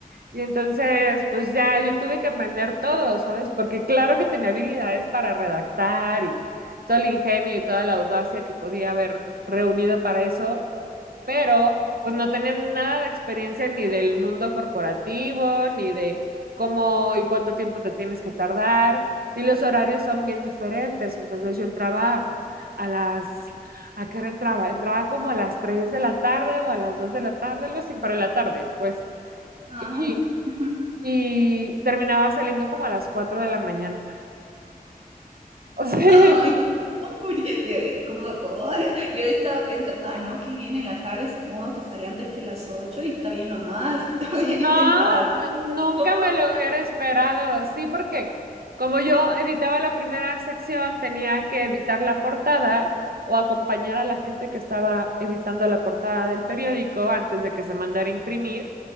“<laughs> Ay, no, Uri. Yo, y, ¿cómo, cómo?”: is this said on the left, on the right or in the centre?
Right